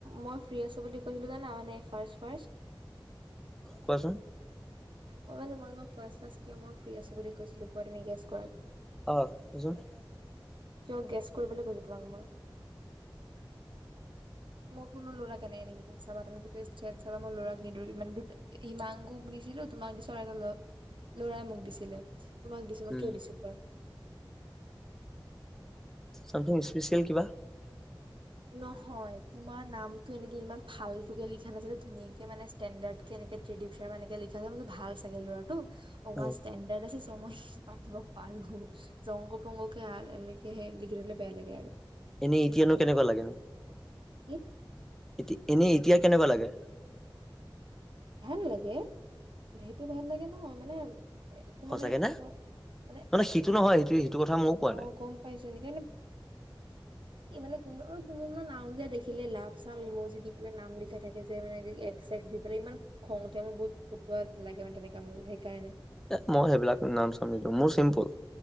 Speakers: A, on the right; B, in the centre.
A: মই ফ্ৰী আছো বুলি কৈছিলোঁ জানা, মানে ফাৰ্ষ্ট-ফাৰ্ষ্ট
B: কোৱাচোন?
A: মই মানে মই ফাৰ্ষ্ট-ফাৰ্ষ্ট কিয় মই ফ্ৰী আছো বুলি কৈছিলো? তুমি গেছ কৰা।
B: আহ কোৱাচোন।
A: মই গেছ কৰিবলৈ কৈছো তোমাক মই। মই কোনো ল'ৰা এনেকে নামাতো চাবা তুমি চেট চাবা মই লৰাক নিদৰি মানে হিমাংকুক দিছিলো তোমাক দিছিলোঁ তোমাক দিছোঁ আৰু এটা লৰা লৰাই মোক দিছিলে। তোমাক দিছো মই
B: উম।
A: কিয় দিছো কোৱা
B: চামথিং স্পেচিয়েল কিবা?
A: নহয়, তোমাৰ নামটো এনেকে ইমান ফালতোকে লিখা নাছিলে ধুনীয়াকে মানে ষ্টেণ্ডাৰ্ড কে ত্ৰিদিপ শৰ্মা এনেকে লিখা আছে মই ভাবিছোঁ ভাল চাগে ল'ৰাটো অকমান
B: অ
A: ষ্টেণ্ডাৰ্ড আছে য় পাতিব পাৰো জংগ-পংগকে লিখে লিখি দিলে বেয়া লাগে আৰু।
B: এনেই এতিয়ানো কেনেকুৱা লাগেনো?
A: কি?
B: এতি এনেই এতিয়া কেনেকুৱা লাগে?
A: ভাল লাগে, সেইটো ভাল লাগে নহয় মানে একো
B: সঁচাকে
A: মানে এনেকুৱা
B: নে?
A: মানে
B: নহয় সিটো
A: এনেকে
B: নহয় সেইটো সেইটো কথা ময়ো কোৱা
A: আহ'
B: নাই
A: গম পাইছো নেকি মানে। ই মানে কোনো কোনোব ম নাম বেয়া দেখিলে লাভ চাং ল যি দি পেলাই নাম লিখা থাকে যে মানে একে সি পেলাই ইমান খং উঠে মোৰ বহুত ফুটুৱাত লাগে মানে তেনেকা মোৰ, সেইকাৰণে
B: এ মই সেইবিলাক নাম চাম নিদো মোৰ চিম্পুল